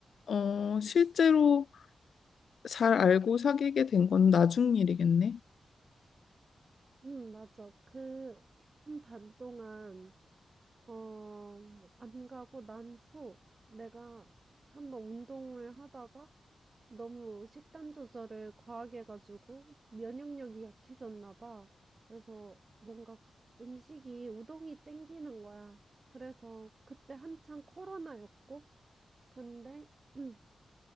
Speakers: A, on the left (about 75°); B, on the right (about 40°).
A: 어, 실제로 잘 알고 사귀게 된 건 나중 일이겠네.
B: 응, 맞아. 그, 한 반 동안, 어, 안 가고 난 후, 내가 한번 운동을 하다가 너무 식단 조절을 과하게 해가지고 면역력이 약해졌나 봐. 그래서 뭔가 가- 음식이 우동이 땡기는 거야. 그래서 그때 한창 코로나였고, 근데 <clears throat>